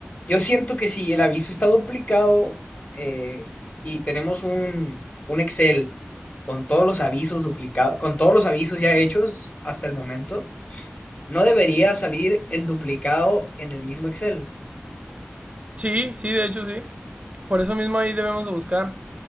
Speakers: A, on the left (about 40°); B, on the right (about 35°).
A: yo siento que si el aviso está duplicado eh, y tenemos un, un Excel con todos los avisos duplicados, con todos los avisos ya hechos hasta el momento. No debería salir el duplicado en el mismo Excel.
B: Sí, sí, de hecho sí. Por eso mismo ahí debemos de buscar.